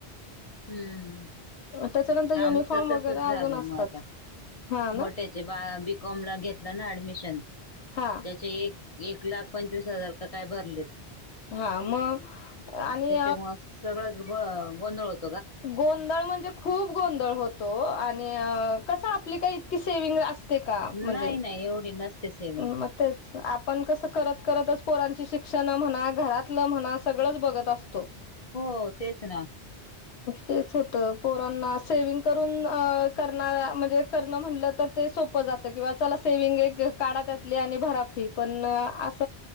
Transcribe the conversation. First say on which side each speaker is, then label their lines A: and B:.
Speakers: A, on the left; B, on the left.
A: हम्म
B: त्याच्यानंतर युनिफॉर्म
A: आमचं तसच
B: वगैरे
A: झालं
B: अजून असतात.
A: मग आता
B: हा ना.
A: मोठ्याचे बीकॉम ला घेतला ना ऍडमिशन
B: हा
A: त्याचे एक एक लाख पंचवीस हजार का काय? भरलेत.
B: हा मग आणि
A: त्याच्यामुळे सगळच गोंधळ होत.
B: गोंधळ म्हणजे खूप गोंधळ होतो? आणि कसा आपली काही इतकी सेविंग अस ते का म्हणजे?
A: नाही नाही एवढी नसते से
B: मग तेच आपण कसं करत करतच पोरांची शिक्षण म्हणा, घरातलं म्हणा सगळंच बघत असतो.
A: हो तेच ना.
B: तेच होतं पोरांना सेविंग करून करणार म्हणजे? करणं म्हणलं तर सोप जात किंवा चला सेविंग एक, एक काढा त्यातली आणि भरा फी पण ना आसं